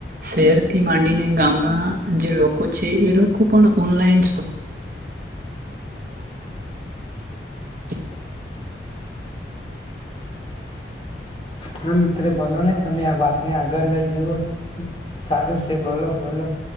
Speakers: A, on the right; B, on the left.
A: શહેરથી માંડીને ગામના જે લોકો છે એ લોકો પણ ઓનલાઈન શોપિંગ અનુ <inaudible>
B: હા મિત્ર બોલો ને તમે આ વાત ને આગળ લઈ જવો સારું છે બોલો બોલો